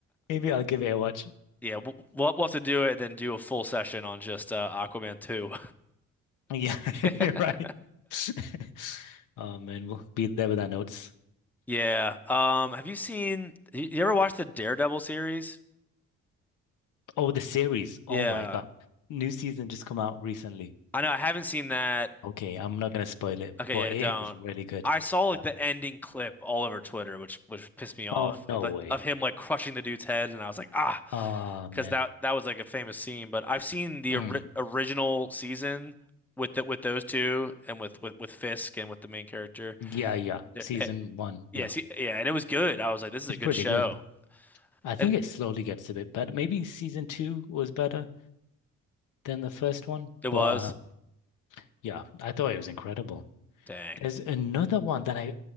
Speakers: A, on the left; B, in the centre.
A: maybe I'll give it a watch.
B: Yeah, we'll, we'll we'll have to do it and then do a full session on just uh, Aquaman 2.
A: Yeah,
B: <laughs>
A: <laughs> you're right. <laughs> Oh man, we'll be there with our notes.
B: Yeah. Um, have you seen you you ever watched the Daredevil series?
A: Oh, the series.
B: Yeah.
A: Oh my God. New season just come out recently.
B: I know I haven't seen that.
A: Okay, I'm not gonna spoil it,
B: Okay,
A: but
B: yeah,
A: it
B: don't.
A: is really good.
B: I saw like
A: Yeah.
B: the ending clip all over Twitter, which which pissed me off
A: Oh, no
B: of the,
A: way.
B: of him like crushing the dude's head, and I was like, ah,
A: Ah man.
B: because that that was like a famous scene. But I've seen the
A: Mm.
B: ori original season with the, with those two and with, with with Fisk and with the main character.
A: Yeah, yeah.
B: The-
A: Season
B: eh,
A: one.
B: Yes,
A: Yeah.
B: y- yeah, and it was good. I was like, this is
A: It's
B: a good
A: pretty
B: show,
A: good. I think
B: and
A: it slowly gets a bit better. Maybe season two was better than the first one,
B: it was.
A: but uh, yeah, I thought it was incredible.
B: Dang,
A: There's another one that I